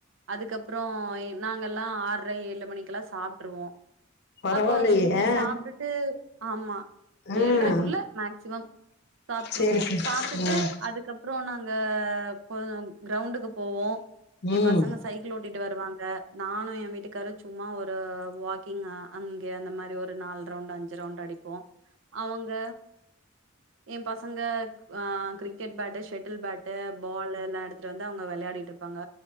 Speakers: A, on the right; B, on the left.
A: அதுக்கப்றோ எ நா ங்களல்லா ஆர்ற ஏழு மணிக்லா சாப்ட்டுருவோ
B: பரவாயில்லையே
A: அப்போ செஞ்சு சாப்டுட் ட்டு ஆமா
B: ம்
A: ஏழ்றக்குள்ள மேக்சிமம் சாப்ட்டுருவோ
B: சரி சரி
A: சாப்டுட்டு
B: ம்
A: அதுக்க ப்றோ நாங்க கொஞ்சோ க்ரௌண்டுக்கு போவோ ஏ
B: ம்
A: பசங்க சைக் க்கிள் ஓட்டிட்டு வருவாங்க நானு எ வீட்டுக்காரு சும்மா ஒரு வாக்கிங்கா அங்கே அந்த மாரி ஒரு நால் ரவுண்ட் அஞ்சு ரவுண்ட் அடிப்போ அவுங்க எ பசங்க அ கிரிக்கெட் பேட்டு ஷெட்டில் பேட் டு பால்லெல்லா எடுத்துட்டு வந்து அவுங்க வெளையாடிட்ருப்பாங்க